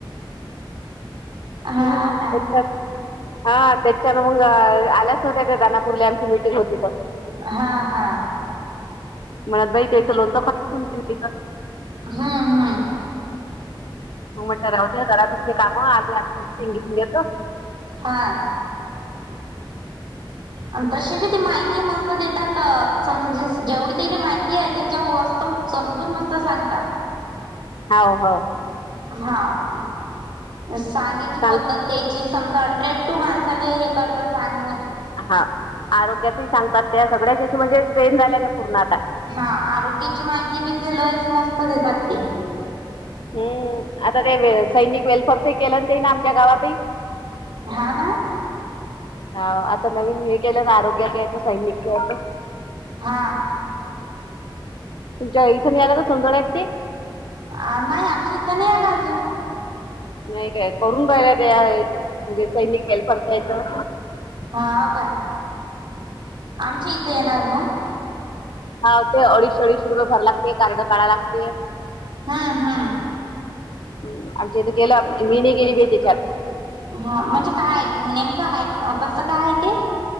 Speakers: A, on the right; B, on the left.
A: हा
B: हम्..
A: का
B: हा त्याच्यात मग आल्या, नवत्या त्या दानापूरला आमची मिटिंग होती तर.
A: हा हा
B: मुळात बाई त्याचं लोणचं <unintelligible>
A: हुं हुं
B: मग म्हटलं राहूचे घरात तुझ ते काम आले <unintelligible>
A: हा.. आणि तशी बी ती माहिती मस्त देतात, समज जेवढी तीला माहिती आहे त्याच्या वस्तू. समजून मस्त सांगतात.
B: हावं हावं..
A: हांव, सांगायची
B: सांग
A: पद्धत. त्याची समजा अट्रॅक्टिव माणसाला हे करतात सांगून
B: हा आरोग्यातही सांगतात त्या, सगळ्याच्या म्हणजे ट्रेन झाल्या त्या पूर्ण आता.
A: हा आरोग्याची माहिती बी तिलस मस्त देतात ते.
B: हम्म. आता ते सैनिक वेल्फेअरच केलं, ते ना आमच्या गावातही.
A: हां ना.
B: हांव आता नवीन हे केलं ना, आरोग्याचं हेच <unintelligible>
A: हा
B: तुमच्या इथं मिळाली, का सोंदोड्यात ती.
A: अ.. नाही आमच्या इथं, नाही आला अजून.
B: नाही काय करून राहिला त्या, म्हणजे सैनिक वेल्फरच्या हितं.
A: हां काय. आमच्या इथं येणार मगं.
B: हांव ते अडीचशे अडीचशे रुपये भरा लागते, कार्ड काढावा लागते.
A: हा हा.
B: अं आमच्या इथं गेल्यात मी नाही गेली बाई तेच्यात.
A: हा म्हणजे काय नेमकं हा, कसं काय हाय ते.